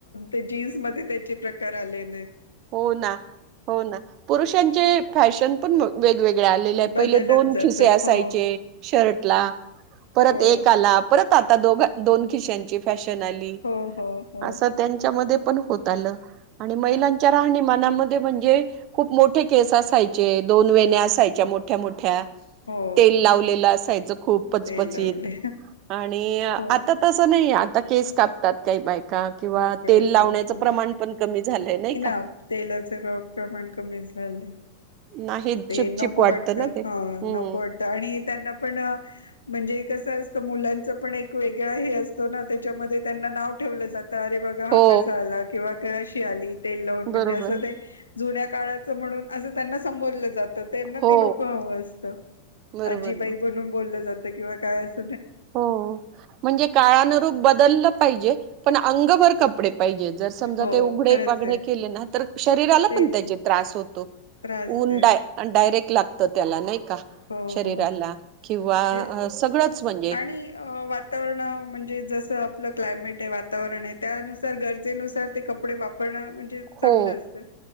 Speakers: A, on the left (about 75°); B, on the right (about 40°).
A: ते जीन्स मध्ये त्याचे प्रकार आलेलेत.
B: हो ना, हो ना पुरुषांचे फॅशन पण वेगवेग गळे आलेले आहेत.
A: बदलत
B: पहिले दोन
A: जातात
B: खिसे असायचे
A: हो
B: शर्टला, परत
A: हो
B: एक आला परत आता दोघं दोन खिशांची फॅशन आली,
A: हो हो हो
B: अस त्यांच्यामध्ये ता होत आलं, आणि महि लांच्या राहणीमानामध्ये म्हण णजे खूप मोठे केस असायचे, दोन वेण्या् असायच्या मोठ्या मोठ्या
A: हो
B: तेल लावलेलं असाय खूप पचपचित
A: ते लावले
B: आणि आता
A: हो
B: तसं नाही आहे, आता केस कापतात काही बायक का किंवा
A: मोकळे
B: तेल
A: सोडत
B: लावण्याचं प्रमाण पण कमी झालंय नाही का.
A: तेलाच प्रमाण कमी झालंय.
B: नाही
A: ते
B: चिपचिप
A: नको
B: वाटतं
A: वाटत
B: ना
A: ह,
B: ते हम्म.
A: नको वाटत आणि त्यांना पण म्हणजे कसं असत, मुलांचं पण एक वेगळ हे असतो ना, त्याच्यामध्ये त्यांना नाव ठेवलं जात अरे बघा हा
B: हो
A: कसा आला, किंवा अशी आली तेल लावून म्हणजे
B: बरोबर
A: असं ते जुन्या काळाचं म्हणून असं त्यांना संबोधलं जातं. त्यांना
B: हो.
A: ते नको हवं असतं,
B: बरोबर
A: आजीबाई
B: ना.
A: म्हणून बोललं जातं किंवा काय अस
B: हो म्हणजे काळानुरूप बदललं पाहिजे पण अंगभर कपडे पाहिजे, जर समजा
A: हो
B: ते उघडे
A: खरंच
B: पागडे
A: आहे
B: केले ना तर शरीराला
A: तेच
B: पण त्याचे त्रास होतो.
A: त्रास
B: ऊन
A: आहे
B: डाय डायरेक्ट लागत. तर त्याला नाही का,
A: हो
B: शरीराला
A: हो
B: किंवा
A: तेच ना
B: सगळंच म्हणजे
A: आणि वातावरण म्हणजे जसं आपलं क्लायमेट आहे, वातावरण आहे त्यानुसार गरजेनुसार ते कपडे वापरणं म्हणजे चांगलं
B: हो
A: असतं.